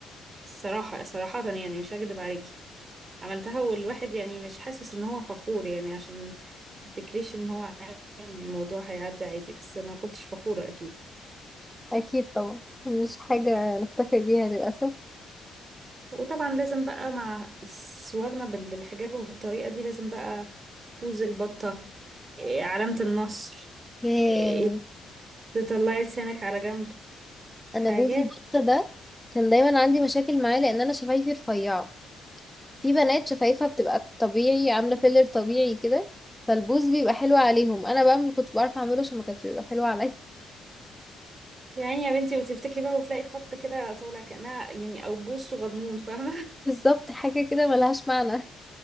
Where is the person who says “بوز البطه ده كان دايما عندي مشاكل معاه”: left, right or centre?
Centre